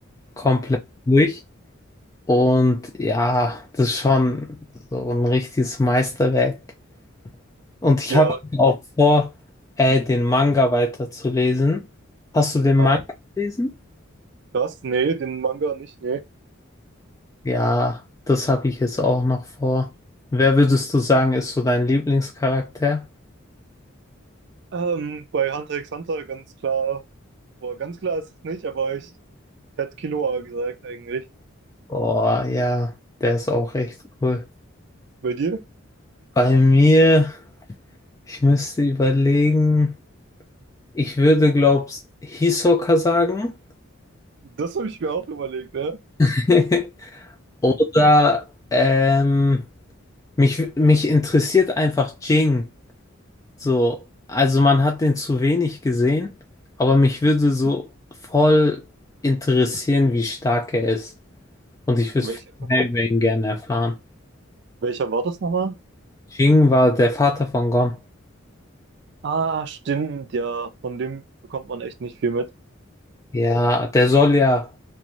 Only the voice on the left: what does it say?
komplett durch. Und ja, das ist schon so ein richtiges Meisterwerk. Und ich
habe auch vor, äh, den Manga weiterzulesen. Hast du den Manga
gelesen?
Ja, das habe ich jetzt auch noch vor. Wer würdest du sagen, ist so dein Lieblingscharakter?
Oh ja, der ist auch echt cool.
Bei mir, ich müsste überlegen, ich würde, glaub's, Hisoka sagen.
<laughs> Oder ähm, mich, mich interessiert einfach Jing. So, also man hat den zu wenig gesehen, aber mich würde so voll interessieren, wie stark er ist. Und ich würde
viel mehr über ihn gerne erfahren.
Jing war der Vater von Gon.
Ja, der soll ja,